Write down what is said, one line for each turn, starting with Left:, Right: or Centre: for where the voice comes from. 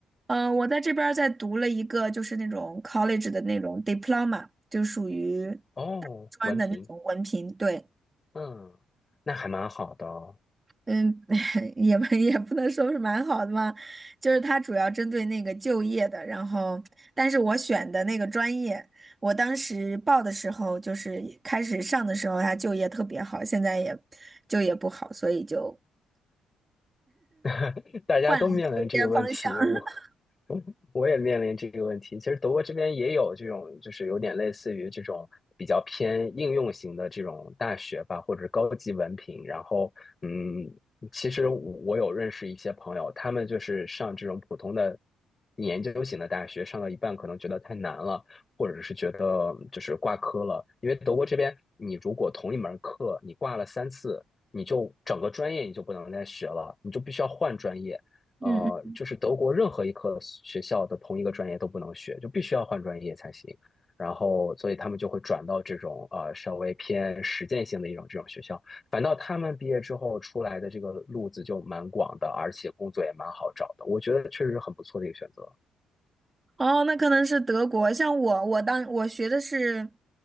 Right: 嗯，呃我在这边儿在读了一个，就是那种 college 的那种 diploma，就属于大专的那种文凭。
Left: 哦，文凭？
Right: 对，
Left: 嗯，那还蛮好的哦。
Right: 嗯，<laughs> 也不也不能说是蛮好的嘛，就是它主要针对那个就业的。然后，但是我选的那个专业，我当时报的时候，就是开始上的时候，它就业特别好，现在也就业不好，所以就
Left: <laughs> 大家都面临这个问题，
Right: 换了就业方向。<laughs>
Left: 我我也面临这个问题。其实德国这边也有这种，就是有点类似于这种比较偏应用型的这种大学吧，或者是高级文凭。然后，嗯，其实我有认识一些朋友，他们就是上这种普通的研究型的大学，上到一半可能觉得太难了，或者是觉得就是挂科了。因为德国这边，你如果同一门课你挂了三次。你就整个专业你就不能再学了，你就必须要换专业。
Right: 嗯
Left: 呃，就是德国任何一科学校的同一个专业都不能学，就必须要换专业才行。然后，所以他们就会转到这种呃稍微偏实践性的一种这种学校。反倒他们毕业之后出来的这个路子就蛮广的，而且工作也蛮好找的。我觉得确实是很不错的一个选择。
Right: 哦，那可能是德国。像我，我当我学的是，